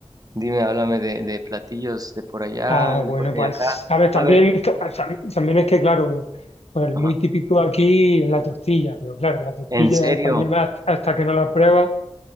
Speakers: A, on the right; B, on the left.
A: Dime, háblame de, de platillos de por allá,
B: Ah,
A: de
B: bueno,
A: por acá
B: pues,
A: y acá.
B: a ver, también,
A: ¿Sabes?
B: también es que, claro, pues
A: Ajá.
B: muy típico aquí es la tortilla, pero claro, la tortilla
A: ¿En serio?
B: española hasta hasta que no la pruebas